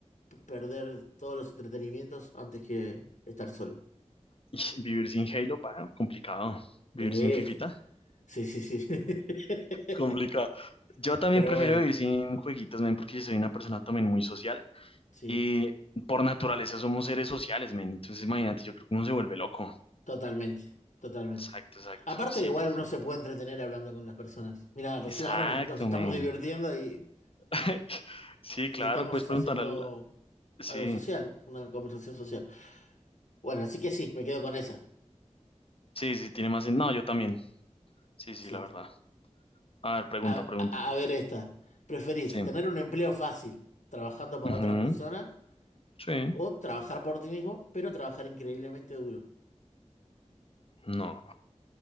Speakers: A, on the left; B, on the left.
A: p- perder todos los entretenimientos antes que estar solo.
B: Ish, Vivir sin Halo, pa, complicado. Vivir
A: Sí,
B: sin Fifita.
A: sí, sí, sí. <laughs>
B: Complicado. Yo también
A: Pero
B: prefiero
A: bueno,
B: vivir sin jueguitos, men, porque yo soy una persona también muy social
A: sí,
B: y por naturaleza somos seres sociales, men. Entonces, imagínate, yo creo que uno se vuelve loco.
A: totalmente, totalmente.
B: Exacto, exacto.
A: Aparte,
B: Sí,
A: igual
B: sí,
A: uno
B: sí.
A: se puede entretener hablando con las personas. Mira, recién
B: Exacto,
A: ahora nos, nos estamos
B: men.
A: divirtiendo y,
B: <laughs> Sí,
A: y
B: claro,
A: estamos
B: puedes preguntar
A: haciendo
B: al... Sí,
A: algo social, una conversación social. Bueno, así que sí, me quedo con esa.
B: sí, sí, tiene más... sen- No, yo también. Sí, sí,
A: Sí.
B: la verdad. A ver, pregunta,
A: A,
B: pregunta.
A: a- a ver esta. ¿Preferís
B: Sí.
A: tener un empleo fácil trabajando para
B: Ujú.
A: otra persona
B: Sí.
A: o trabajar por ti mismo, pero trabajar increíblemente duro?
B: No,